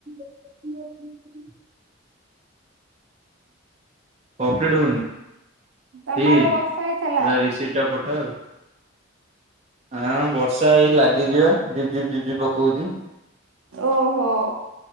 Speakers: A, on the right (about 35°); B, on the right (about 80°).
A: ହଁ କମ୍ପ୍ଲିଟ ହଉନି
B: ତମ
A: ହେଇ
B: ଆଡେ ବର୍ଷା ହେଇଥିଲା?
A: ରିସିପ୍ଟ ଟା ପଠା ଆଉ। ହଁ ବର୍ଷା ଏଇ ଲାଗିଯିବ ଜିଜିି ଜିଜିି ପକଉଛି।
B: ଓହୋ।